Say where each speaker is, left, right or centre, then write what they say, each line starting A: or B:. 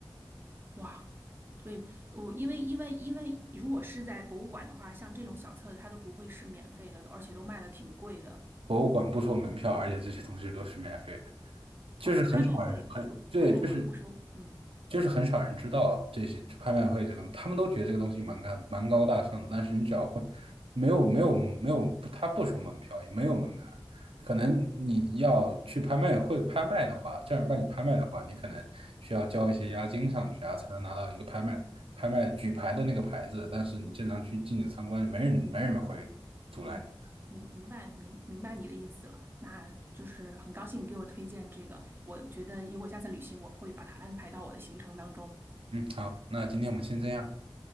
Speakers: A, on the right (about 25°); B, on the right (about 85°).
A: 哇。对，我因为因为因为如果是在博物馆的话，像这种小册子它都不会是免费的，而且都卖的挺贵的。
B: 博物馆不收门票，
A: 嗯。
B: 而且这些东西都是免费的，就是很少人很对，
A: 哦，拍卖会不拍卖会不收，
B: 就是
A: 嗯
B: 就是很少人知道这些拍卖会这个，他们都觉得这个东西蛮高蛮高大上的，但是你只要会，没有没有没有，他不收门票，也没有门槛。可能你要去拍卖会拍卖的话，正儿八经拍卖的话，你可能需要交一些押金上去啊，才能拿到一个拍卖拍卖举牌的那个牌子。但是你正常去进去参观，没人没人会阻拦你。
A: 嗯，明明白明明白你的意思了，那就是很高兴你给我推荐这个，我觉得如果下次旅行我会把它安排到我的行程当中。
B: 嗯，好，那今天我们先这样，